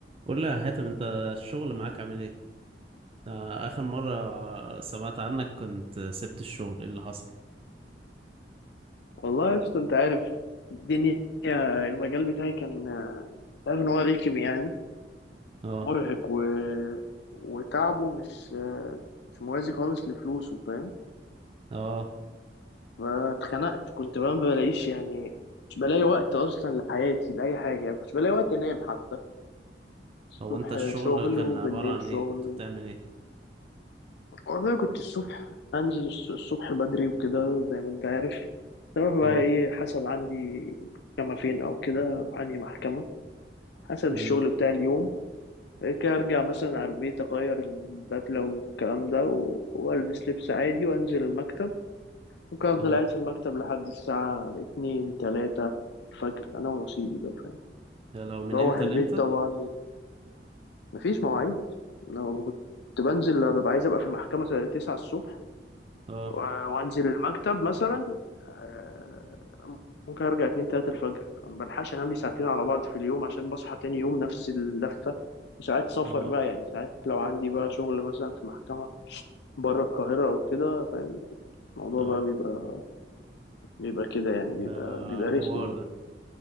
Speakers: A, on the right; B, on the left.
A: قول لي يا حاتم انت الشغل معاك عامل ايه؟ آه، اخر مرة سمعت عنك كنت سبت الشغل ايه اللي حصل؟
B: والله يا اسطى انت عارف الدنيا المجال بتاعي كان انت عارف ان هو رخم يعني
A: اه
B: مرهق و... وتعبه مش مش موازي خالص لفلوسه فاهم
A: اه
B: فاتخنقت كنت بقى ما بلاقيش يعني مش بلاقي وقت اصلا لحياتي لاي حاجه يعني كنت بلاقي وقت انام حتى الصبح
A: هو انت الشغل
B: شغل
A: كان
B: وبالليل
A: عبارة عن
B: شغل
A: ايه؟ كنت بتعمل ايه؟
B: والله كنت الصبح انزل الص- الصبح بدري وكده زي ما انت عارف اروح بقى
A: اه
B: ايه حسب عندي محكمه فين او كده أروح انهي محكمه حسب
A: امم
B: الشغل بتاع اليوم بعد كده ارجع مثلا على البيت اغير البدله والكلام ده و- والبس لبس عادي وانزل المكتب ممكن افضل
A: اه
B: قاعد في المكتب لحد الساعه اتنين تلاتة الفجر انا ونصيبي بقى فاهم
A: يا لو من
B: روح
A: امتى
B: البيت
A: لامتى؟
B: طبعا مفيش مواعيد لو كنت بنزل ببقى عايز ابقى في المحكمه الساعه 9 الصبح
A: اه
B: و- وانزل المكتب مثلا آه، ممكن ارجع اتنين تلاتة الفجر فما بلحقش انام لي ساعتين على بعض في اليوم عشان بصحى تاني يوم نفس اللفة وساعات سفر
A: اه
B: بقى يعني ساعات لو عندي بقى شغل مثلا في محكمة بره القاهرة أو كده فاهم الموضوع
A: اه
B: بقى بيبقى بيبقى كده يعني بيبقى
A: ده
B: بيبقى
A: حوار
B: رخم
A: ده